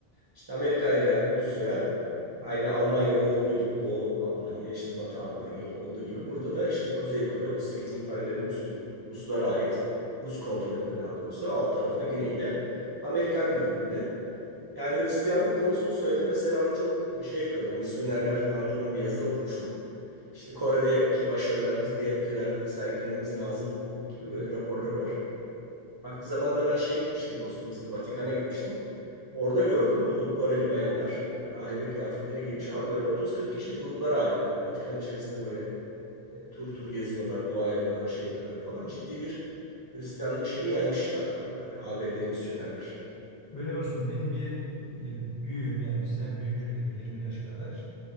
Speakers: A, on the right (about 35°); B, on the left (about 25°).
A: İşte Amerika ile Rusya aynı Almanya'da olduğu gibi Doğu Almanya işte Batı Almanya olduğu gibi burada da işte Kuzey Kore 38. paralelin üstü Ruslara ait. Rus kontrolünde daha doğrusu alt tarafı da güneyde Amerikan güdümünde. Yani Hristiyanlık konusunu söyledi. Mesela onu çok e, şey yapıyorlar. Misyonerler daha önce ben bir yazıda okumuştum. İşte Kore'deki başarılarımızı diğer ülkelerde de sergilememiz lazım e, gibi böyle raporları var. Vakti zamanında ben şeye gitmiştim dostum mesela Vatikan'a gitmiştim. Orada gördüm bu Koreli bayanlar e, rahibe kıyafetleri giymiş ama böyle 30-40 kişilik gruplar halinde. Vatikan içerisinde böyle e, tur tur geziyorlar, dua ediyorlar, şey yapıyorlar falan. Ciddi bir Hristiyanlık şeyini yaymışlar A- ABD'li misyonerler.
B: Öyle dostum benim bir e, büyüğüm yani bizden büyük şöyle bir 20 yaş kadar